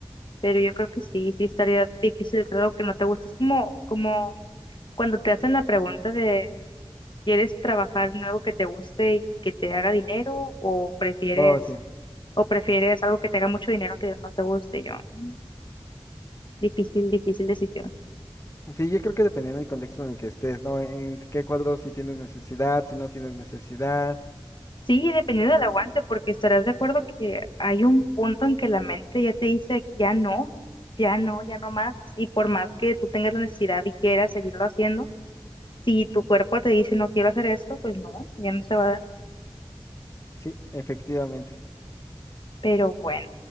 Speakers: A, on the left (about 55°); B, on the left (about 30°).
A: Pero yo creo que sí, sí estaría difícil hacer algo que no te gusta, es como, como cuando te hacen la pregunta de ¿Quieres trabajar en algo que te guste y que te haga dinero o prefieres
B: Oh, sí.
A: o prefieres algo que te haga mucho dinero aunque no te guste? Y Yo, "Mm, difícil, difícil decisión.
B: Sí, yo creo que dependiendo del contexto en el que estés, ¿no? En qué cuadro, si tienes necesidad, si no tienes necesidad.
A: Sí, dependiendo del aguante, porque estarás de acuerdo que hay un punto en que la mente ya te dice, ya no, ya no, ya no más. Y por más que tú tengas la necesidad y quieras seguirlo haciendo, si tu cuerpo te dice, no quiero hacer esto, pues no, ya no se va a dar.
B: Sí, efectivamente.
A: Pero bueno,